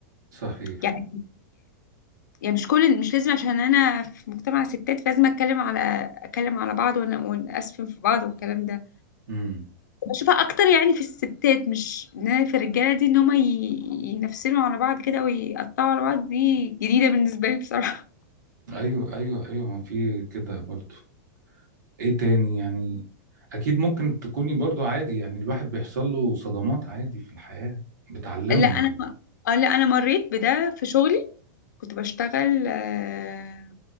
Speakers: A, on the right; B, on the left.
A: صحيح
B: يعني يعني مش كل مش لازم عشان انا في مجتمع ستات فلازم اتكلم على اتكلم على بعض ون- ونأسفن في بعض والكلام ده
A: امم
B: بشوفها اكتر يعني في الستات مش ان أنا في الرجالة دي ان هما ي- ينفسنوا على بعض كده ويقطعوا على بعض دي جديدة بالنسبة لي بصراحة
A: ايوه ايوه ايوه ما في كده برضو ايه تاني يعني اكيد ممكن تكوني برضو عادي يعني الواحد بيحصل له صدمات عادي في الحياة بتعلمه
B: لا انا اه لا انا مريت بده في شغلي كنت بشتغل آه،